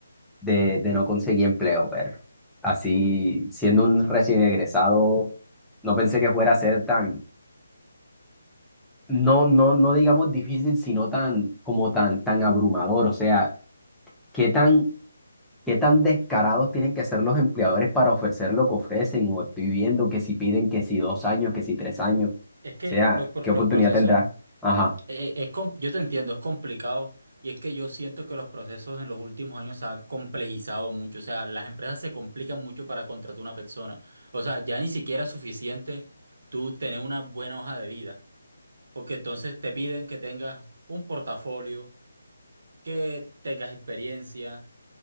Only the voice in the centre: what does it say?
de, de no conseguir empleo, perro. Así, siendo un recién egresado, no pensé que fuera a ser tan, no, no, no digamos difícil, sino tan, como tan, tan abrumador. O sea, qué tan ¿Qué tan descarados tienen que ser los empleadores para ofrecer lo que ofrecen? O estoy viendo que si piden que si dos años, que si tres años. O
sea,
¿qué
oportunidad
tendrá? Ajá.